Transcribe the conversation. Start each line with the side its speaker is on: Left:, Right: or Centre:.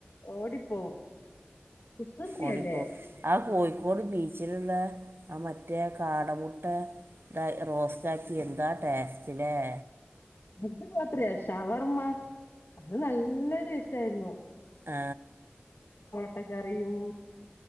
Left: ഓടിപ്പോവും കുസൃതിയല്ലേ
Right: ഓടിപ്പോകും ആ കോയി- ക്കോട് ബീച്ചിലുള്ള ആ മറ്റേ കാടമുട്ട റോസ്റ്റ് ആക്കി എന്താ ടേസ്റ്റിലെ-
Left: അത് മാത്രയാ ഷവർമാ അത് നല്ല ടെസ്റ്റ് ആയിരുന്നു -
Right: ആ
Left: ചട്ട കറിയും